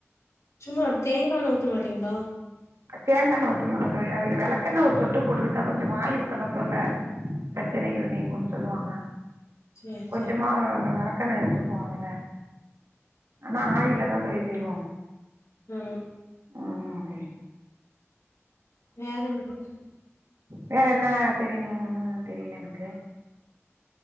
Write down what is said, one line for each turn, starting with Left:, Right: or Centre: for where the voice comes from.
Left: சும்மா தேங்காண்ண ஊத்த மாட்டீங்களா
Right: தேங்காண்ண ஊத்த மாட்டேம் அதுல விளக்கெண்ண ஒரு சொட்டு போட்டுக்கிட்டா கொஞ்சோ வாய்வுக்கெல்லாம் தொல்ல பிரச்சனகள் நீங்குன்னு சொல்லுவாங்க
Left: சேரி
Right: கொஞ்சமா
Left: சேரி
Right: ஒரு விளக் பக்கன எடுத்து போவாங்கல்ல ஆனா ஆயில தான் தோழி செய்வோம்
Left: உம்
Right: உம் தோழி
Left: வேற என்ன தோழி
Right: வேற என்ன தெரியணும்ன்னு தெரியல எனக்கு